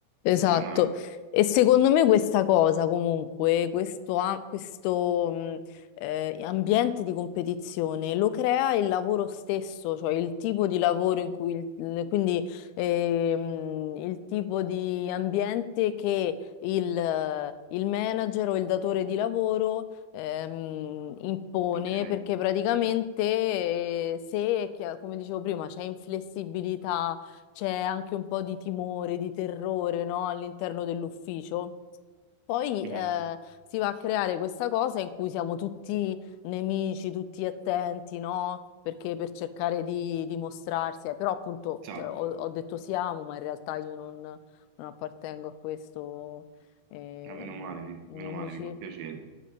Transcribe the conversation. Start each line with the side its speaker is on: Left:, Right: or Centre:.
Left: Esatto,
Right: sbranare.
Left: e secondo me questa cosa comunque, questo, a- questo, mh, eh, ambiente di competizione lo crea il lavoro stesso, cioè il tipo di lavoro in cui, il- quindi ehm, il tipo di ambiente che il, il manager o il datore di lavoro ehm, impone,
Right: Ok?
Left: perché praticamente eh, se, chi- come dicevo prima, c'è inflessibilità c'è anche un po' di timore, di terrore, no? All'interno dell'ufficio. Poi
Right: Mhm,
Left: eh, si va a creare questa cosa in cui siamo tutti nemici, tutti attenti, no? Perché per cercare di dimostrarsi, eh, però appunto
Right: Esatto.
Left: cioè, ho, ho detto siamo, ma in realtà io non, non appartengo a questo, eh,
Right: Ah, meno male, mi,
Left: non
Right: meno male,
Left: mi ci,
Right: mi fa piacere.